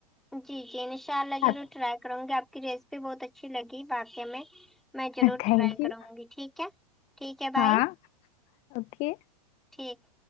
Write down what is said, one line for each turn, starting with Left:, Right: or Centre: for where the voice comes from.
Centre: جی جی انشاء اللہ ضرور
Left: آپ
Centre: ٹرائی کروں گی آپ کی ریسیپی بہت اچھی لگی واقع میں میں ضرور
Left: تھینک
Centre: ٹرائی
Left: یو
Centre: کروں گی ٹھیک ہے ٹھیک ہے بائی
Left: ہاں اوکے
Centre: ٹھیک